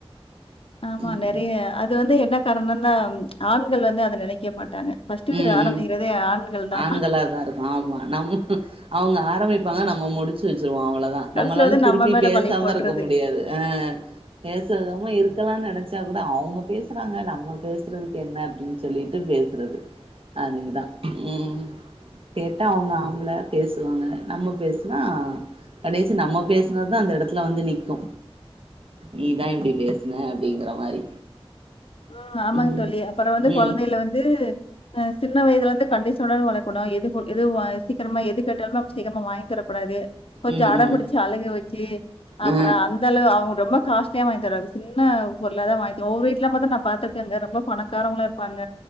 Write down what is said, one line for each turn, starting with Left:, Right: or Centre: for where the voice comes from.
Left: ஆமா
Right: ம்
Left: நெறைய அது வந்து என்ன காரணன்னா ம்ச் ஆண்கள் வந்து அத நெனைக்க மாட்டாங்க. ஃபர்ஸ்ட்டு
Right: உம்
Left: ஆரம்பிக்கிறதே
Right: உம்
Left: ஆண்கள் தான்.
Right: ஆண்களாதா இருக்கு. ஆமா நம் ஹஹேம் அவங்க ஆரம்பிப்பாங்க நம்ம முடுச்சு. ச்சுருவோ அவ்வளோதா
Left: கடைசில
Right: நம்மளாலும்
Left: வந்து
Right: திருப்பி
Left: நம்ம மேல
Right: பேசாம
Left: பழிய போட்டுறது.
Right: இருக்க முடியாது ஆஹ பேசாம இருக்கலாம்னு நெனச். ச்சா கூட அவங்க பேசுறாங்க நம்ம பேசுறதுக்கு என்ன அப்படின்னு சொல்லிட்டு பேசுறது. அதுதான உம் கேட்டா அவங்க ஆம்பள பேசுவாங்க நம்ம பேசனா கடைசி நம்ம பேசனதுதா அந்த இடத்துல வந்து நிக்கு. நீதா இப்படி பேசன அப்படிங்கிற மாரி.
Left: ஆஹ ஆமாங்க
Right: ம்
Left: தோழி அப்புறோ வந்து
Right: ம்
Left: குழந்தையில வந்து. ஹ சின்ன வயதுல வந்து கண்டிசன்னோட வளர்க்கணு எது எது சீக்கிரமா எது கேட்டாலும் நம். சிக்கிரமா வாங்கி தரக்கூடாது. கொஞ்சோ
Right: ம்
Left: அட
Right: ம்
Left: பிடிச்சு
Right: ம்
Left: அழுகு வச்சு அப்புறோ
Right: ஆ
Left: அந்த அளவு அவங்க ரொம்ப. காஸ்லியா வாங்கித்தராது சின்ன பொருளாதா வாங்கித்தரனு ஒவ்வொரு வீட்ல பாத்தா நம். பாத்துருக்கங்க ரொம்ப. பணக்காரங்களா இருப்பாங்க